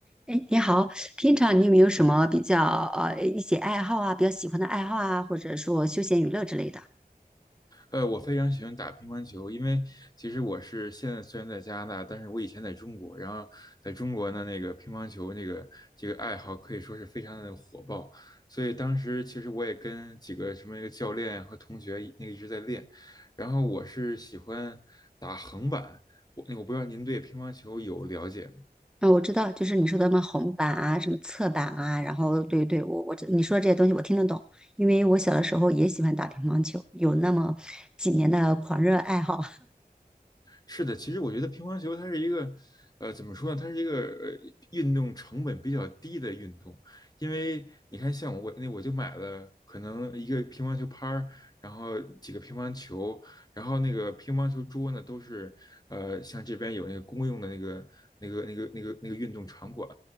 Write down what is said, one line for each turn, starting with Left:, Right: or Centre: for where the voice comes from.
Centre: 哎，你好，平常你有没有什么比较呃一些爱好啊，比较喜欢的爱好啊，或者说休闲娱乐之类的？
Left: 呃，我非常喜欢打乒乓球，因为其实我是现在虽然在加拿大，但是我以前在中国，然后在中国呢，那个乒乓球那个这个爱好可以说是非常的火爆，所以当时其实我也跟几个什么那个教练和同学那个一直在练，然后我是喜欢打横板，我我不知道您对乒乓球有了解吗？
Centre: 啊、我知道，就是你说的什么红板啊，什么侧板啊，然后对对，我我知你说的这些东西我听得懂，因为我小的时候也喜欢打乒乓球，有那么几年的狂热爱好。
Left: 是的，其实我觉得乒乓球它是一个，呃，怎么说呢？它是一个呃运动成本比较低的运动，因为你看，像我那我就买了可能一个乒乓球拍儿，然后几个乒乓球，然后那个乒乓球桌呢都是，呃，像这边有那个公用的那个那个那个那个那个运动场馆，